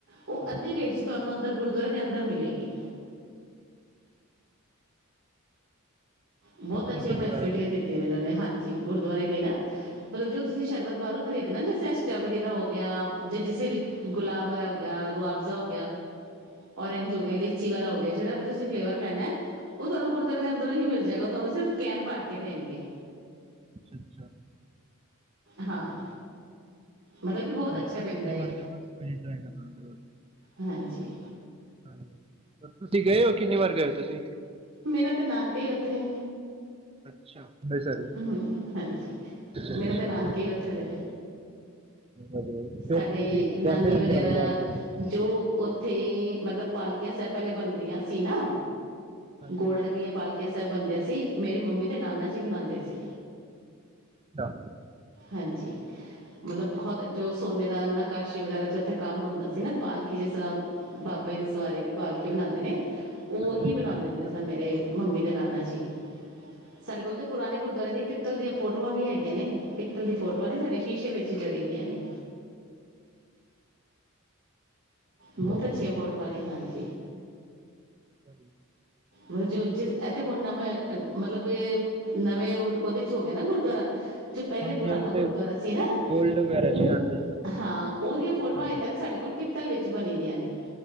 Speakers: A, on the right; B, on the right.
A: ਉ
B: ਹਾਂਜੀ
A: ਅੱਧੇ ਰੇਟ 'ਚ ਤੁਹਾਨੂੰ ਅੰਦਰ ਗੁਰਦੁਆਰੇ ਦੇ ਅੰਦਰ ਮਿਲੇਗੀ। ਬਹੁਤ ਅੱਛੀਆਂ
B: ਸ਼ਰਬਤ
A: ਫੈਸਿਲਿਟੀਆਂ
B: ਵਗੈਰਾ ਵੀ ਨਹੀਂ
A: ਦਿੱਤੀਆਂ
B: ਦਿੱਤਾ
A: ਜੇ ਉਹਨਾ ਨੇ ਹਾਂਜੀ। ਗੁਰਦੁਆਰੇ ਲਈ ਨਾ,
B: ਅੱਛਾ
A: ਮਤਲਬ ਜੋ ਤੁਸੀਂ ਸ਼ਰਬਤ ਬਾਹਰੋਂ ਖਰੀਦਣਾ ਜੇ ਸੇਸਟੋਬੇਰੀ ਦਾ ਹੋ ਗਿਆ ਜਾਂ ਜਿਸੇ ਵੀ ਗੁਲਾਬ ਹੋ ਗਿਆ ਰੁਆਵਜ਼ਾ ਹੋ ਗਿਆ, ਓਰੇੰਜ ਹੋ ਗਿਆ, ਲੀਚੀ ਵਾਲਾ ਹੋ ਗਿਆ ਜਿਹੜਾ ਵੀ ਤੁਸੀਂ ਫਲੇਵਰ ਲੈਣਾ ਉਹ ਤੁਹਾਨੂੰ ਗੁਰੂ ਦੁਆਰੇ ਦੇ ਅੰਦਰੋਂ ਹੀ ਮਿਲ ਜਾਏਗਾ। ਕੈਣ ਭਰ ਕੇ ਦੇਣਗੇ,
B: ਅੱਛਾ
A: ਹਾਂ। ਮਤਲਬ ਕਿ ਬਹੁਤ
B: ਕੋਈ
A: ਅੱਛਾ
B: ਜੀ,
A: ਪੈਂਦਾ
B: ਅਗਲੀ
A: ਏ
B: ਵਾਰ ਜਾਵਾਗੇ ਕੋਈ ਨ ਟਰਾਈ ਕਰਾਗੇ।
A: ਹਾਂਜੀ
B: ਹਾਂਜੀ, ਤੁਸੀਂ ਗਏ ਹੋ? ਕਿੰਨੀ ਵਾਰ ਗਏ ਹੋ ਤੁਸੀਂ?
A: ਮੇਰਾ ਤੇ ਨਾਨਕੇ ਹੀ ਉੱਥੇ
B: ਅੱਛਾ। ਸਰ ਅੱਛਾ
A: ਹੁੰ, ਹਾਂਜੀ,
B: ਅੱਛਾ
A: ਮੇਰੇ ਤੇ ਨਾਨਕੇ ਉੱਥੇ ਦੇ ਨੇ।
B: ਵਧੀਆ ਫਿਰ
A: ਸਾਡੇ
B: ਤੇ ਤੁਸੀਂ
A: ਨਾਨੀ
B: ਜਾਂਦੇ
A: ਵਗੈਰਾ,
B: ਰਹਿੰਦੇ ਹੋਣੇ ਬਾਰ ਬਾਰ ਹਾਂਜੀ
A: ਜੋ ਉੱਥੇ ਮਤਲਬ ਪਾਲਕੀਆਂ ਸਾਹਿਬ ਪਹਿਲੇ ਬਣਦੀਆਂ ਸੀ ਨਾ।
B: ਹਾਂਜੀ
A: ਗੋਲਡ ਦੀਆਂ ਪਾਲਕੀਆਂ ਬਣਦੀਆਂ ਸੀ। ਮੇਰੀ ਮੰਮੀ ਦੇ ਨਾਨਾ ਜੀ ਬਣਾਦੇ ਸੀ।
B: ਅੱਛਾ।
A: ਹਾਂਜੀ, ਮਤਲਬ ਬਹੁਤ ਜੋ- ਸੋਨੇ ਦਾ ਨਕਾਸ਼ੀ ਵਗੈਰਾ 'ਚ ਉੱਥੇ ਕੰਮ ਹੁੰਦਾ ਸੀ ਨਾ ਪਾਲਕੀ ਜਿਸ ਤਰ੍ਹਾਂ ਬਾਬਾ ਦੀ ਸਵਾਰੀ ਦੀ ਪਾਲਕੀ ਬਣਾਉਂਦੇ ਨੇ, ਉਹੀ
B: ਹਾਂਜੀ
A: ਬਣਾਉਂਦੇ
B: ਪਾਰਟੀ
A: ਹੁੰਦੇ ਸਨ ਮੇਰੇ ਮੰਮੀ ਦੇ ਨਾਨਾ ਜੀ। ਸਾਡੇ ਕੋਲ ਤੇ ਪੁਰਾਣੇ ਗੁਰਦੁਆਰੇ ਦੀ ਪਿੱਤਲ ਦੀਆਂ ਫੋਟੋਆਂ ਵੀ ਹੈਗੀਆਂ। ਪੀਤਲ ਦੀ ਫੋਟੋਆਂ ਨੀ ਸਾਡੇ ਸ਼ੀਸ਼ੇ ਵਿੱਚ ਜੜੀ ਦੀਆਂ ਨੇ।
B: ਵਗੈਰਾ
A: ਬਹੁਤ ਅੱਛੀਆਂ ਫੋਟੋਆਂ ਨੇ, ਹਾਂਜੀ।
B: ਬਾਈ
A: ਮਤਲਬ ਜੋ ਜਿਸ ਇਹ ਤੇ ਹੁਣ ਨਵਾਂ ਐ ਮਤਲਬ ਕਿ ਨਵੇਂ ਉਹਦੇ ਚ ਹੋ ਗਿਆ ਨਾ ਗੁਰਦੁਆਰਾ ਜੋ ਪਹਿਲੇ
B: ਹਾਂਜੀ
A: ਪੁਰਾਉਣਾ
B: ਹੁਣ ਤੇ
A: ਗੁਰਦੁਆਰਾ ਸੀ ਨਾ
B: ਗੋਲਡ ਵਗੈਰਾ
A: ਉਹ
B: 'ਚ ਹਾਂਜੀ
A: ਹਾਂ, ਉਹਦੀਆਂ ਫੋਟੋਆਂ
B: ਹਾਂਜੀ
A: ਅਜੇ ਤੱਕ ਸਾਡੇ ਕੋਲ ਪਿੱਤਲ ਵਿੱਚ ਬਣੀ ਦੀਆਂ ਨੇ